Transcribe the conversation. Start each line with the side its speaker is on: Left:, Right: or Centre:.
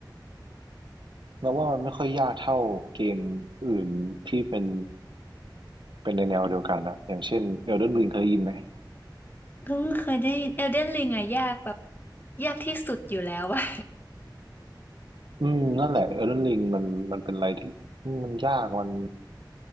Right: เราว่ามันไม่ค่อยยากเท่าเกมอื่นที่เป็นเป็นในแนวเดียวกันนะอย่างเช่น Elden Ring เคยได้ยินไหม
Left: เออเคยได้ยินเอลเดนริงอะยากแบบยากที่สุดอยู่แล้วอะ
Right: อืมนั่นแหละ Elden Ring มันมันเป็นอะไรที่อืมมันยากมัน